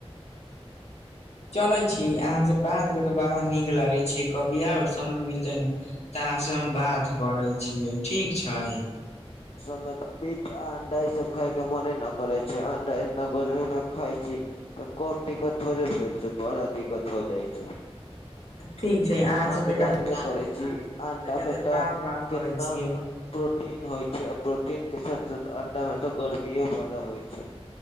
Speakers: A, on the left; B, on the left.
A: चलै छी अहाँ से बात कऽ के बड़ा नीक लागै छी, कभी आउ समय मिलतै ने त अहाँ से हम बात करै छियै, ठीक छै?
B: सबमे मीट आ अंडा ई सब खाय के मोने न करै छै, अंडा इतना गर्मी में खाय छी। तऽ कम दिक्कत थोड़े भेल छै? बड़ा दिक्कत हो जाइ छै।
A: ठीक छै
B: आ अहाँ
A: से तनिका
B: तऽ जानबे
A: अहाँ
B: करै छी,
A: से तनिका
B: अंडामे
A: देर
B: तऽ
A: बाद बात करै
B: कितना
A: छियै
B: प्रोटीन होइ छै, आ प्रोटीन के साथ साथ अंडामे तऽ गर्मियो बड़ा होइ छै।